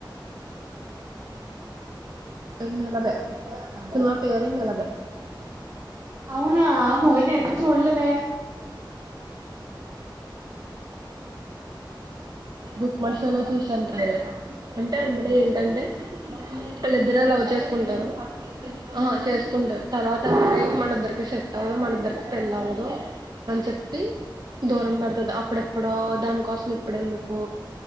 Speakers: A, on the right; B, on the right.
A: నలద నా పేర నలద
B: అవునా ఆ మూవీనే ఎప్పుడు చూడలేదే
A: బుక్ మై షో లో చూసాన్ ట్రైలర్. అంటే అందులో ఏంటంటే వాళ్ళిద్దరూ లవ్ చేసుకుంటారు ఆహా చేసుకుంటారు తర్వాత మనద్దరికి సెట్ అవ్వదు మన ఇద్దరికి పెళ్ల్వదు అని చెప్పి దూరం పెడతది అప్పుడెప్పుడో దానికోసం ఇప్పుడెందుకు